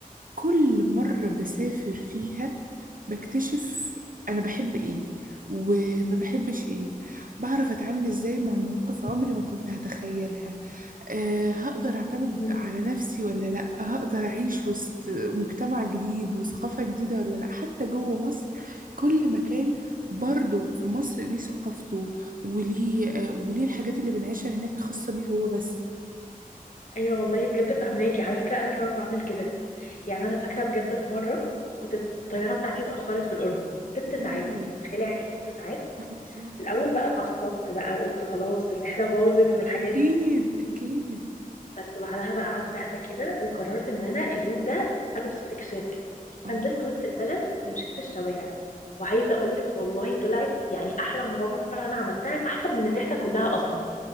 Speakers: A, on the right (about 65°); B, on the left (about 55°).
A: كل مرة بسافر فيها بكتشف أنا بحب إيه وما بحبش إيه بعرف أتعامل إزاي مع مواقف عمري ما كنت هتخيلها أه هقدر أعتمد
B: ايه
A: على نفسي ولا لأ هقدر أعيش وسط مجتمع جديد وثقافة جديدة ولا لأ حتى جوه مصر كل مكان برضه في مصر ليه ثقافته وليه آه، وليه الحاجات اللي بنعيشها هناك خاصة بيه هو بس
B: ايوه والله بجد فهماكي على فكره انا كمان بعمل كده يعني انا فاكره بجد في مره كنت الطياره
A: إيه؟
B: بتاعتي اتاخرت في الاردن ست ساعات
A: أوه
B: انت متخيله يعني ايه ست ساعات
A: يا الله
B: في الاول بقى اتعصبت بقى وقلت خلاص الرحله باظت والحاجات
A: أكيد
B: دي
A: أكيد
B: بس بعدها بقى قعدت اهدى كده وقررت ان انا اليوم ده اخده استكشاف كده
A: آه
B: فنزلت وسط البلد ومشيت في الشوارع وعايزه اقول لك والله طلعت يعني احلى مغامره انا عملتها احسن من الرحله كلها اصلا